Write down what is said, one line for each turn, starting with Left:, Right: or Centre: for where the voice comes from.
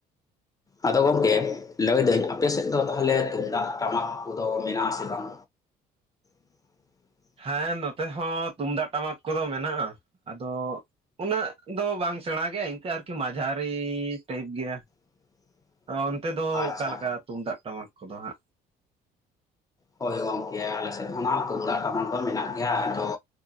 Left: ᱟᱫᱚ ᱜᱚᱝᱠᱮ ᱞᱟᱹᱭᱫᱟᱹᱧ ᱟᱯᱮ ᱥᱮᱫ ᱫᱚ ᱛᱟᱦᱚᱞᱮ ᱛᱩᱢᱫᱟᱜ ᱴᱟᱢᱟᱠ ᱠᱚᱫᱚ ᱢᱮᱱᱟᱜ ᱟᱥᱮ ᱵᱟᱝ? <unintelligible>
Right: ᱦᱮᱸ ᱱᱚᱛᱮ ᱦᱚᱸ ᱛᱩᱢᱫᱟᱜ ᱴᱟᱢᱟᱠ ᱠᱚᱫᱚ ᱢᱮᱱᱟᱜᱼᱟ ᱟᱫᱚᱼᱼ ᱩᱱᱟᱹᱜ ᱫᱚ ᱵᱟᱝ ᱥᱮᱬᱟ ᱜᱮᱭᱟ ᱤᱱᱠᱟᱹ ᱟᱨᱠᱤ ᱢᱟᱡᱷᱟᱨᱤ ᱴᱟᱭᱤᱯ ᱜᱮᱭᱟ᱾
Left: <inaudible>
Right: ᱚᱱᱛᱮ ᱫᱚ
Left: ᱟᱪᱪᱷᱟ
Right: ᱚᱠᱟᱞᱮᱠᱟ ᱛᱩᱢᱫᱟᱜ ᱴᱟᱢᱟᱠ ᱠᱚᱫᱚ ᱦᱟᱸᱜ?
Left: ᱦᱳᱭ ᱜᱚᱝᱠᱮ ᱟᱞᱮ ᱥᱮᱫ ᱦᱚᱸ ᱛᱩᱢᱫᱟᱜ ᱴᱟᱢᱟᱠ ᱫᱚ ᱢᱮᱱᱟᱜ ᱜᱮᱭᱟ ᱟᱫᱚᱼᱼ